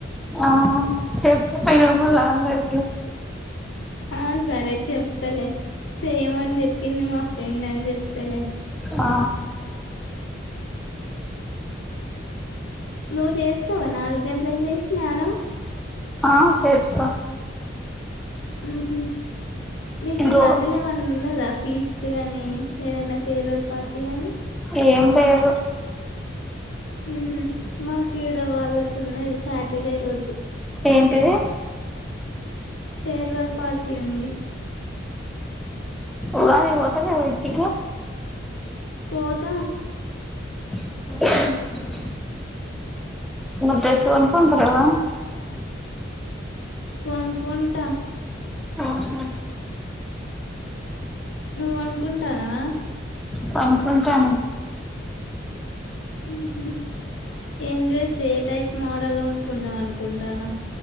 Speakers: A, in the centre; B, on the left (about 85°).
A: ఆ చెప్పు పైన ఉన్నోళందరికి.
B: ఆ సరే చెప్తలే చెయమని చెప్పింది మా ఫ్రెండ్ అని చెప్తలే.
A: ఆ.
B: నువ్వు చేస్తావా నాలుగు గంటలకు లేసి సాన్నం.
A: అ చెత్త.
B: హు ఉమ్. మీకు ఈ
A: రో
B: మధ్యల ఏమన్నా ఉన్నదా. ఫీస్ట్ కాగాని ఏదైనా ఫేర్వెల్ పార్టీ గాని.
A: ఏం లేదు.
B: మ్ హు మాకిీడ వాళ్ళకు ఉన్నది సాటర్డే రోజు
A: ఏంటిది
B: ఫేర్వెల్ పార్టీ ఉంది
A: ఉగాదికి పోతలేవ ఇంటికి
B: పోతా
A: అ నువ్ డ్రెస్ కొనుకుంటలేవా
B: కోనుకుంటా
A: ఓహో
B: నువ్వు కొనుకుంటానవ
A: కొనుకుంటాన
B: మ్ హు ఏం డ్రెస్ ఏ టైప్ మోడల్ కొనుకుందాం అనుకుంటానవ్